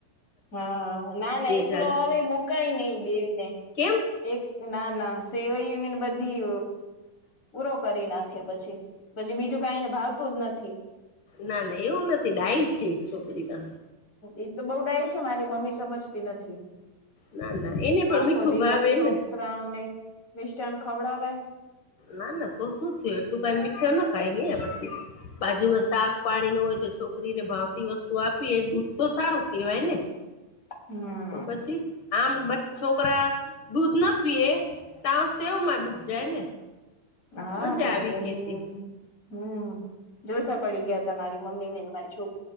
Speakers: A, on the left; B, on the left.
A: હા ના ના, એકલો
B: જણ
A: હવે મુકાય નહીં બેને.
B: કેમ
A: એક ના ના, સેવાઈ યુનિયન બધી? પૂરો કરી નાખે પછી, પછી બીજું કંઈ ભાવતું જ નથી.
B: ના ના, એવું નથી, ડાયી છે છોકરી તો
A: એ તો બહુ ડાયી છે, મારી મમ્મી સમજતી નથી.
B: ના ના, એને
A: આખો
B: પણ મીઠું
A: દિવસ
B: ભાવે ને.
A: છોકરાઓને મિશટાન ખવડાવાય?
B: ના ના, તો શું થયું એટલું કે મીઠું ના ખાય પછી બાજુમાં શાક-પાણી. હોય તો છોકરીને ભાવતી વસ્તુ આપવી. પીવે દૂધ તો સારું કહેવાય ને,
A: હમ
B: તો પછી? આમ બચ છોકરા દૂધ ન પીએ તા સેવમાં દૂધ જાય ને.
A: હા
B: મજા
A: પણ
B: આવી
A: એમ
B: ગઈ હતી
A: હમ્મ, જલસા પડી ગયા તમારી મમ્મીને ને મારી છોક